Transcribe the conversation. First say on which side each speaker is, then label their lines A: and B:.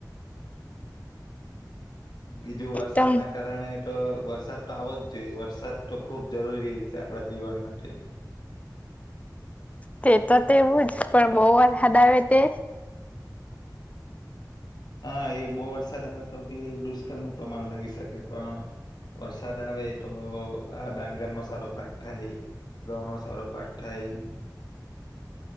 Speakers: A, on the left; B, on the left.
A: બીજું વરસાદ
B: તમ
A: ના કારણે તો વરસાદ તો આવો જ જોઈએ વરસાદ તો ખુબ જરૂરી સે આપ આપણા જીવન માટે
B: તે તો તેવું જ પણ બહ વારહાદ આવે તે
A: હા એ બહુ વરસાદ આવે તો બી દુષ્કાળનું પ્રમાણ લાવી શકે પણ વરસાદ આવે તો આ ડાંગરનો સારો પાક થાય ઘઉંનો સારો પાક થાય